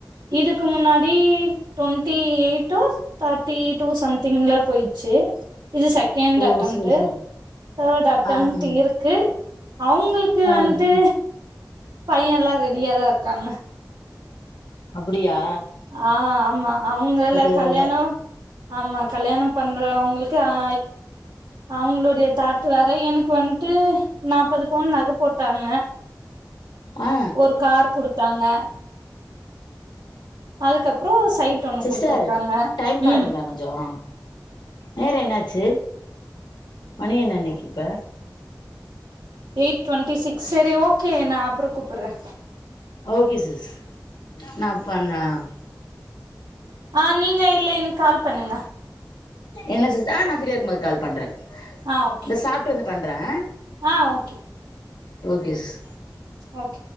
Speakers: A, on the right (about 75°); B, on the left (about 80°).
A: இதுக்கு முன்னாடி ட்வென்டி எயிட்டோ தேட்டி டூ சம் திங்களா போயிர்ச்சு இது செகண்ட்
B: ஓ
A: அட்டெம்ட்டு
B: சரி சரி
A: தேர்ட் அட்டம்ட்
B: ஆ ஆ
A: இருக்கு அவங்களுக்கு
B: ஆ
A: வந்ட்டு
B: ம்
A: பையல்லா ரெடியாதா இருக்காங்க
B: அப்புடியா
A: ஆ ஆமா அவுங்கள
B: தேவல்ல
A: கல்யாணோ ஆமா கல்யாணம் பண்றவங்களுக்கு அ அவுங்களுடைய தாட்டு வேற எனக்கு வந்துட்டு நாற்பது பவுன் நக போட்டாங்க
B: ஆ
A: ஒரு கார் குடுத்தாங்க அதுக்கப்புறோ சைட் ஒண்ணு
B: சிஸ்டர்
A: குடுத்துருக்காங்க
B: டைம் பாருங்க
A: ம்
B: கொஞ்சம் நேர என்னாச்சு மணி என்னன்னைக்கு இப்ப
A: எயிட் டுவெண்ட்டி சிக்ஸ் சரி ஓகே நா அப்பறம் கூப்புட்றேன்
B: ஓகே சிஸ் நா பண் ஆ ம்
A: ஆ நீங்க இல்ல எனக்கு கால் பண்ணுங்க
B: என்ன சிஸ் ஆ நா ஃப்ரியா இருக்கும் போது கால் பண்றேன்
A: ஆ ஓகே
B: இந்த சாப்ட்டு வந்து பண்றேன்
A: ஆ ஓகே
B: ஓகே சிஸ்
A: ஓகே